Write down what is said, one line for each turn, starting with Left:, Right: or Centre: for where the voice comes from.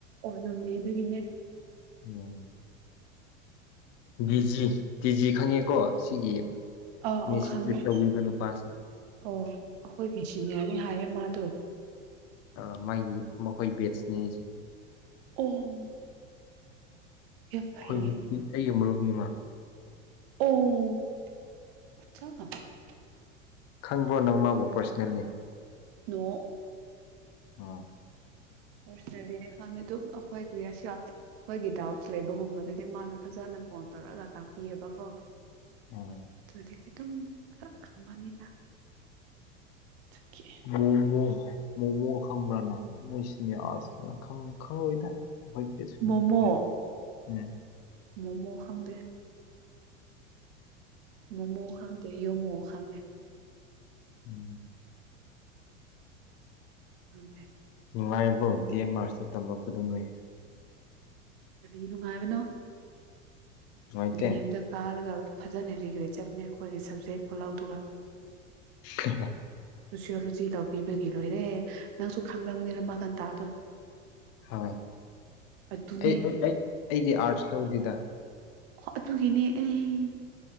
Right: ꯅꯣꯅꯦ ꯗꯒꯤꯅꯦ
Left: ꯑꯝ ꯗꯤꯖꯤ ꯇꯤꯖꯤ ꯈꯪꯉꯦ ꯀꯣ ꯁꯤꯒꯤ
Right: ꯑꯥ
Left: ꯅꯤꯁꯤꯄꯔꯤꯠ
Right: ꯑꯣ ꯈꯪꯉꯦ
Left: ꯇꯧꯕꯤꯕ ꯅꯨꯄꯥꯁꯤ
Right: ꯑꯣ ꯑꯈꯣꯏꯒꯤ ꯁꯤꯅꯤꯌꯔꯅꯤ ꯍꯥꯏꯌꯦ ꯃꯥꯗꯣ
Left: ꯑꯥ ꯃꯥꯒꯤ ꯃꯈꯣꯏ ꯕꯦꯠꯁꯅꯦ ꯑꯩꯁꯦ
Right: ꯑꯝ ꯌꯝ
Left: ꯑꯩꯈꯣꯏ
Right: ꯐꯩꯌꯦ
Left: ꯑꯩꯒꯤ ꯃꯔꯨꯞꯅꯤ ꯃꯥ
Right: ꯑꯝ <unintelligible>
Left: ꯈꯪꯕ꯭ꯔꯣ ꯅꯪ ꯃꯥꯕꯣ ꯄꯥ꯭ꯔꯁꯅꯦꯜꯂꯤ
Right: ꯅꯣ
Left: ꯑꯥ
Right: ꯄꯔꯁꯅꯦꯜꯂꯤ ꯈꯥꯟꯗ ꯑꯗꯨꯝ ꯑꯈꯣꯏ ꯀꯁꯤ ꯑꯈꯣꯏꯒꯤ ꯗꯥꯎꯠ ꯂꯩꯕꯒꯨꯝꯕꯗꯗꯤ ꯃꯥꯅ ꯐꯖꯅ ꯐꯖꯅ ꯐꯣꯟ ꯇꯧꯔꯛꯒ ꯇꯥꯛꯄꯤꯑꯕꯀꯣ
Left: ꯎꯝ
Right: ꯑꯗꯨꯗꯒꯤꯗꯒꯤꯇꯨꯝ ꯈꯔ ꯈꯪꯕꯅꯤꯗ ꯑꯗꯨꯒꯤ
Left: ꯑꯣ ꯃꯣꯃꯣ ꯈꯪꯕ꯭ꯔꯥꯅ ꯅꯣꯏꯁꯤꯅꯦ ꯑꯁ ꯈꯪ ꯈꯪꯔꯏꯗ ꯑꯈꯣꯏ ꯕꯦꯁ
Right: ꯃꯣꯃꯣ
Left: ꯎꯝ ꯎꯝ
Right: ꯃꯣꯃꯣ ꯈꯪꯗꯦ ꯃꯣꯃꯣ ꯈꯪꯗꯦ ꯌꯣꯃꯣ ꯈꯪꯉꯦ
Left: ꯎꯝ
Right: ꯈꯪꯗꯦ
Left: ꯅꯨꯡꯉꯥꯏꯔꯤꯕ ꯗꯤ ꯑꯦꯝ ꯑꯥꯔꯁꯇ ꯇꯝꯂꯛꯄꯗꯨ ꯅꯣꯏ
Right: ꯀꯔꯤ ꯅꯨꯡꯉꯥꯏꯕꯅꯣ
Left: ꯅꯨꯡꯉꯥꯏꯇꯦ
Right: ꯗꯤ ꯑꯦꯝꯗ ꯀꯥꯔꯒ ꯐꯖꯅ ꯔꯤꯒ꯭ꯔꯦꯆꯞꯅꯦ ꯑꯈꯣꯏꯒꯤ ꯁꯕꯖꯦꯛ ꯈꯨꯂꯧꯗꯨꯒ
Left: ꯍꯦꯍꯦ
Right: ꯁꯣꯁꯤꯌꯣꯂꯣꯖꯤ ꯂꯧꯕꯤꯕꯒꯤ ꯂꯣꯏꯔꯦ ꯅꯪꯁꯨ ꯈꯪꯕꯅꯤꯗ ꯎꯃꯥꯀꯥꯟꯇꯥꯥꯗꯣ
Left: ꯍꯣꯏ
Right: ꯑꯗꯨꯅꯦ
Left: ꯑꯩ ꯑꯩꯗꯤ ꯑꯥꯔꯠꯁ ꯂꯧꯗꯦꯗ
Right: ꯑꯗꯨꯒꯤꯅꯦ ꯑꯩ